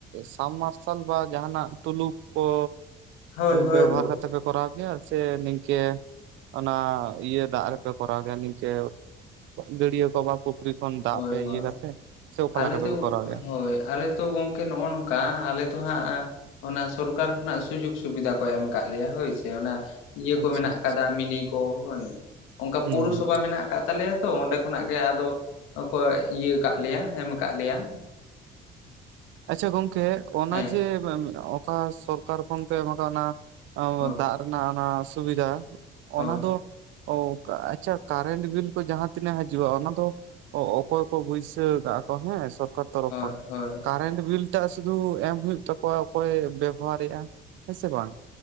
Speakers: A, on the right; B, on the left.
A: ᱥᱟᱵ ᱢᱟᱨᱥᱟᱞ ᱵᱟ ᱡᱟᱦᱟᱱᱟᱜ ᱴᱩᱞᱩᱠ ᱠᱚ
B: ᱦᱳᱭ ᱦᱳᱭ
A: ᱵᱮᱵᱷᱟᱨ
B: ᱜᱚ
A: ᱠᱟᱛᱮ ᱯᱮ ᱠᱚᱨᱟᱣ ᱜᱮᱭᱟ ᱥᱮ ᱱᱤᱝᱠᱟᱹ ᱚᱱᱟ ᱤᱭᱟᱹ ᱫᱟᱜ ᱨᱮᱯᱮ ᱠᱚᱨᱟᱣ ᱜᱮᱭᱟ ᱱᱤᱝᱠᱟᱹ ᱜᱟᱹᱰᱭᱟᱹ ᱠᱚ ᱵᱟᱠᱚ ᱯᱩᱠᱷᱨᱤ ᱠᱷᱚᱱ ᱫᱟᱜ
B: ᱦᱳᱭ
A: ᱯᱮ
B: ᱦᱳᱭ
A: ᱤᱭᱟᱹ ᱠᱟᱛᱮ, ᱥᱮ ᱚᱠᱟ
B: ᱟᱞᱮ
A: ᱞᱮᱠᱟ ᱯᱮ
B: ᱫᱚ
A: ᱠᱚᱨᱟᱣ ᱜᱮᱭᱟ
B: ᱦᱳᱭ ᱟᱞᱮ ᱫᱚ ᱜᱚᱝᱠᱮ ᱱᱚᱜᱼᱚ ᱱᱚᱝᱠᱟ, ᱟᱞᱮ ᱫᱚ ᱦᱟᱸᱜ, ᱚᱱᱟ ᱥᱚᱨᱠᱟᱨ ᱠᱷᱚᱱᱟᱜ ᱥᱩᱡᱳᱜ ᱥᱩᱵᱤᱫᱷᱟ ᱠᱚ ᱮᱢ ᱠᱟᱫ ᱞᱮᱭᱟ ᱦᱳᱭ ᱥᱮ, ᱚᱱᱟ ᱤᱭᱟᱹ
A: ᱟᱪᱪᱷᱟ
B: ᱠᱚ ᱢᱮᱱᱟᱜ
A: ᱟᱪᱪᱷᱟ
B: ᱠᱟᱫᱟ ᱢᱤᱱᱤ ᱠᱚ, ᱚᱱᱠᱟ
A: ᱦᱩᱸ
B: ᱯᱩᱨᱩᱥᱚᱵᱷᱟ
A: ᱦᱩᱸ
B: ᱢᱮᱱᱟᱜ ᱠᱟᱫ ᱛᱟᱞᱮᱭᱟ ᱛᱚ, ᱚᱸᱰᱮ ᱠᱷᱚᱱᱟᱜ ᱜᱮ ᱟᱫᱚ ᱠᱚ ᱤᱭᱟᱹ ᱠᱟᱫ ᱞᱮᱭᱟ ᱮᱢ ᱠᱟᱫ ᱞᱮᱭᱟ᱾
A: ᱟᱪᱪᱷᱟ ᱜᱚᱝᱠᱮ ᱚᱱᱟ
B: ᱦᱮᱸ
A: ᱡᱮ, ᱚᱠᱟ ᱥᱚᱨᱠᱟᱨ ᱠᱷᱚᱱ ᱠᱚ ᱮᱢ ᱠᱟᱜ-ᱟ, ᱚᱱᱟ
B: ᱦᱳᱭ
A: ᱫᱟᱜ ᱨᱮᱱᱟᱜ ᱚᱱᱟ ᱥᱩᱵᱤᱫᱷᱟ, ᱚᱱᱟ
B: ᱦᱳᱭ
A: ᱫᱚ ᱚ ᱟᱪᱪᱷᱟ ᱠᱟᱨᱮᱱᱴ ᱵᱤᱞ ᱠᱚ ᱡᱟᱦᱟᱸ ᱛᱤᱱᱟᱹᱜ ᱦᱤᱡᱩᱜᱼᱟ, ᱚᱱᱟ ᱫᱚ ᱠᱚᱭ ᱵᱩᱭᱥᱟᱣ ᱠᱟᱜ ᱠᱚ ᱦᱮᱸ, ᱥᱚᱨᱠᱟᱨ ᱛᱚᱨᱚᱯ
B: ᱦᱳᱭ
A: ᱠᱷᱚᱱ᱾
B: ᱦᱳᱭ
A: ᱠᱟᱨᱮᱱᱴ ᱵᱤᱞ ᱴᱟᱜ ᱥᱩᱫᱷᱩ ᱮᱢ ᱦᱩᱭᱩᱜ ᱛᱟᱠᱚᱣᱟ ᱚᱠᱚᱭ ᱵᱮᱵᱚᱦᱟᱨᱮᱫᱼᱟ ᱦᱮᱸ ᱥᱮ ᱵᱟᱝ᱾